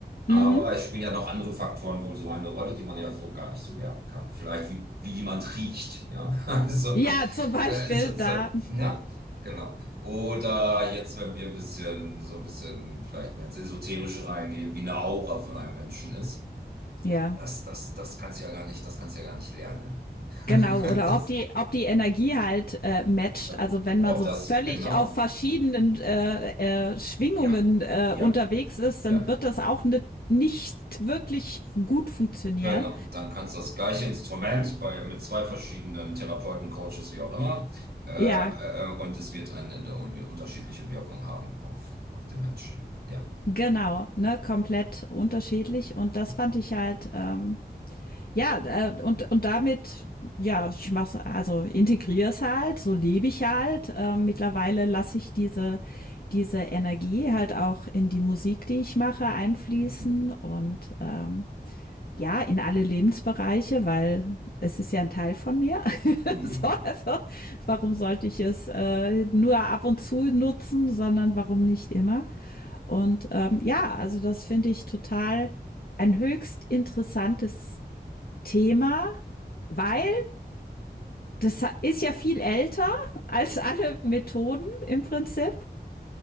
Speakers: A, on the right; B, on the left.
A: Aber
B: Mhm.
A: es spielen ja noch andere Faktoren wohl so eine Rolle, die man ja so gar nicht so werten kann. Vielleicht wie, wie jemand riecht, ja. <laughs> Also,
B: Ja, zum Beispiel
A: äh, so, so,
B: da,
A: ne? Genau. Oder jetzt, wenn wir ein bisschen, so ein bisschen vielleicht mehr ins Esoterische reingehen, wie eine Aura von einem Menschen ist.
B: ja,
A: Das, das, das kannst du ja gar nicht, das kannst du ja gar nicht lernen. <laughs>
B: genau. Oder
A: Das,
B: ob die, ob die Energie halt äh, matcht.
A: äh,
B: Also wenn
A: ob
B: man so
A: das,
B: völlig
A: genau.
B: auf verschiedenen äh, äh, Schwingungen
A: Ja,
B: äh,
A: ja,
B: unterwegs ist,
A: ja.
B: dann wird das auch ne, nicht wirklich gut funktionieren.
A: Genau, dann kannst du das gleiche Instrument bei, mit zwei verschiedenen Therapeuten, Coaches, wie auch immer, äh,
B: Ja,
A: äh, und es wird eine, eine un unterschiedliche Wirkung haben auf, auf den Menschen. Ja.
B: genau, ne, komplett unterschiedlich. Und das
A: Mhm.
B: fand ich halt ähm, Ja, äh, und, und damit, ja, ich mach's, also integriere es halt, so lebe ich halt. Ähm, mittlerweile lasse ich diese, diese Energie halt auch in die Musik, die ich mache, einfließen
A: Mhm.
B: und ähm, ja, in alle Lebensbereiche, weil es ist ja ein Teil von mir. <laughs>
A: Mhm.
B: so, also warum sollte ich es äh, nur ab und zu nutzen, sondern warum nicht immer? Und ähm, ja, also das finde ich total ein höchst interessantes Thema, weil das ist ja viel älter als alle Methoden im Prinzip.